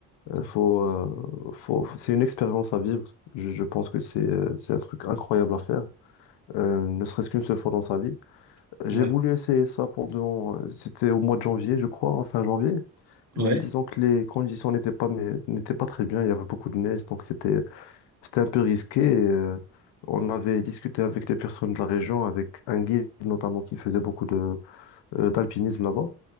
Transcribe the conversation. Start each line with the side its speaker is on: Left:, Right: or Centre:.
Left: Euh, Faut, euh, faut... C'est une expérience à vivre. Je, je pense que c'est euh, c'est un truc incroyable à faire, euh, ne serait-ce qu'une seule fois dans sa vie.
Right: <laughs>
Left: J'ai
Right: Ouais.
Left: voulu essayer ça pendant. C'était au mois de janvier, je crois, fin janvier. Mais
Right: Ouais.
Left: disons que les conditions n'étaient pas, mais- n'étaient pas très bien. Il y avait beaucoup de neige, donc c'était C'était un peu risqué. euh, on avait discuté avec des personnes de la région, avec un guide notamment qui faisait beaucoup de euh, d'alpinisme là-bas.